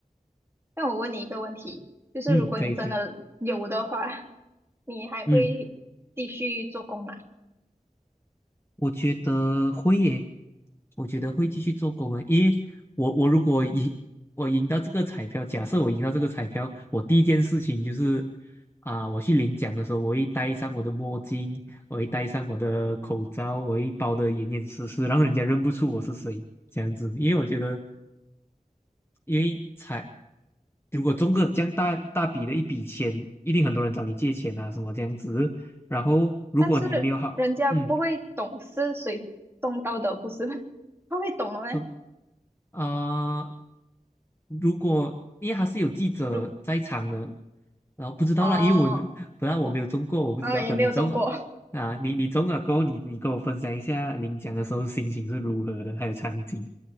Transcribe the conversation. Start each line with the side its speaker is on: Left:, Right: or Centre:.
Right: <clears throat> 那我问你一个问题，就是如果你真的有的话，
Left: 嗯，可以可以，
Right: 你还会继续做工吗？
Left: 嗯，我觉得会耶，我觉得会继续做工的，因为我我如果赢，我赢到这个彩票，假设我赢到这个彩票，我第一件事情就是啊、我去领奖的时候，我会戴上我的墨镜，我会戴上我的口罩，我会包得严严实实，让人家认不出我是谁，这样子，因为我觉得因为才如果中个这样大大笔的一笔钱，一定很多人找你借钱啊，什么这样子。然后如果你没有好，
Right: 但是人家不会懂是谁种到的，
Left: 嗯，
Right: 不是吗 <laughs> 他会懂的吗？
Left: 中啊、如果因为他是有记者在场的，
Right: 如
Left: 然后不知道啦，
Right: 哦，
Left: 因为我也没有本来我没有中过，我不知道。
Right: 然后也没有种过，
Left: 等你中啊，你你中了过后，你你跟我分享一下领奖的时候心情是如何的，还有场景。